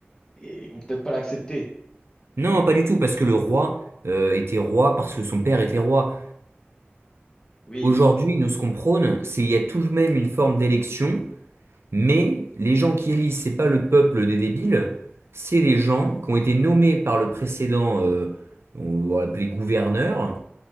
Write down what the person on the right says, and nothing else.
Non, pas du tout, parce que le roi euh, était roi parce que son père était roi.
Aujourd'hui, nous, ce qu'on prône, c'est il y a tout de même une forme d'élection Mais les gens qui élisent, c'est pas le peuple des débiles, c'est les gens qui ont été nommés par le précédent, euh, on va l'appeler gouverneur,